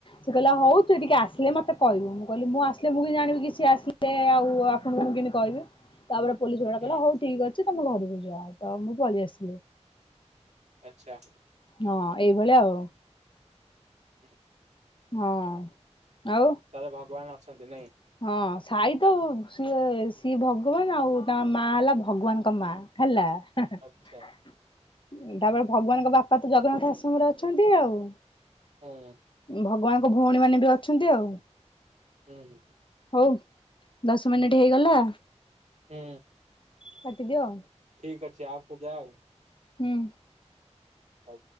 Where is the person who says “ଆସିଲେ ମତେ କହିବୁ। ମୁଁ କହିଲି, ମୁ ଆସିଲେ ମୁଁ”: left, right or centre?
Left